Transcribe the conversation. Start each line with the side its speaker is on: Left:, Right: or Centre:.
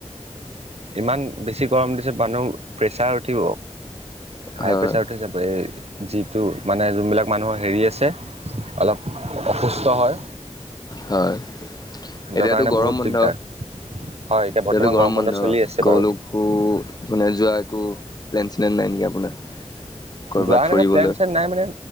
Right: ইমান বেছি গৰম দিছে মানুহ প্ৰেছাৰ উঠিব। হাই
Left: হয়
Right: প্ৰেছাৰ উঠি যাব এই যিটো, মানে যোনবিলাক মানুহৰ হেৰি আছে অলপ অসুস্থ হয়।
Left: হয়,
Right: সিহঁতৰ
Left: এতিয়াতো
Right: কাৰণে
Left: গৰম
Right: বহুত
Left: বন্ধ।
Right: দিগদাৰ হয়। বৰ্তমান
Left: এতিয়াতো গৰম বন্ধ
Right: চলি আছে
Left: কলো
Right: বাৰু
Left: কো মানে যোৱা একো প্লেন চেলেন নাই নেকি আপোনাৰ? কৰ'বাত
Right: যোৱা এনেকা
Left: ফুৰিবলৈ
Right: প্লেন চেলেন নাই মানে